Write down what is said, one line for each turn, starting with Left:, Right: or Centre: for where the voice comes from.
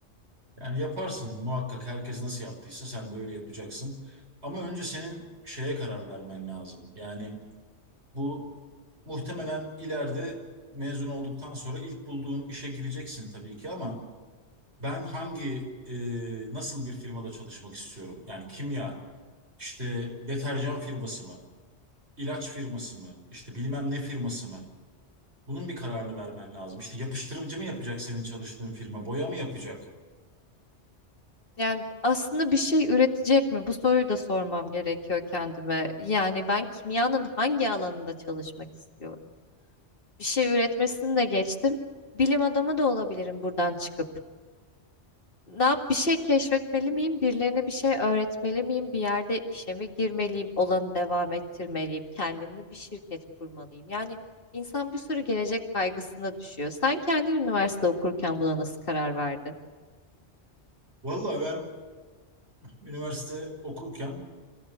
Right: Yani yaparsın muhakkak herkes nasıl yaptıysa sen de öyle yapacaksın. Ama önce senin şeye karar vermen lazım. Yani bu muhtemelen ileride mezun olduktan sonra ilk bulduğun işe gireceksin tabii ki ama ben hangi e, nasıl bir firmada çalışmak istiyorum? Yani kimya İşte deterjan firması mı? ilaç firması mı? İşte bilmem ne firması mı? Bunun bir kararını vermen lazım. İşte yapıştırıcı mı yapacak senin çalıştığın firma? Boya mı yapacak?
Left: Yani aslında bir şey üretecek mi? Bu soruyu da sormam gerekiyor kendime. Yani ben kimyanın hangi alanında çalışmak istiyorum? Bir şey üretmesini de geçtim. Bilim adamı da olabilirim buradan çıkıp. Ne yap bir şey keşfetmeli miyim? Birilerine bir şey öğretmeli miyim? Bir yerde işe mi girmeliyim? Olanı devam ettirmeliyim? Kendimle bir şirket kurmalıyım? Yani insan bir sürü gelecek kaygısına düşüyor. Sen kendin üniversite okurken buna nasıl karar verdin?
Right: Vallahi ben üniversite okurken